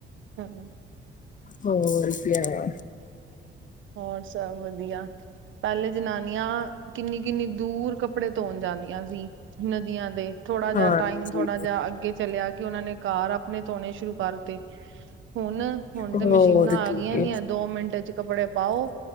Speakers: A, on the right; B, on the left.
A: ਹਾਂ।
B: ਹੋਰ ਕਿਆ
A: ਹੋਰ ਸਭ ਵਧੀਆ। ਪੈਲੇ ਜਨਾਨੀਆਂ ਕਿੰਨੀ-ਕਿੰਨੀ ਦੂਰ ਕੱਪੜੇ ਧੋਣ ਜਾਂਦੀਆਂ ਸੀ ਨਦੀਆਂ ਤੇ, ਥੋੜਾ ਜਾ
B: ਹਾਂਜੀ
A: ਟਾਈਮ ਥੋੜਾ ਜਾ ਅੱਗੇ ਚਲਿਆ ਕਿ ਓਨਾ ਨੇ ਕਾਰ ਅਪ ਣੇ ਧੋਣੇ ਸ਼ੁਰੂ ਕਰਤੇ। ਹੁਣ, ਹੁਣ
B: ਹੋਰ
A: ਤੇ ਮਸ਼ੀਨਾਂ
B: ਕੀ
A: ਆ ਗੀਆਂ ਦੀਆਂ, ਦੋ ਮਿੰਟ ਏਚ ਕੱਪੜੇ ਆਓ,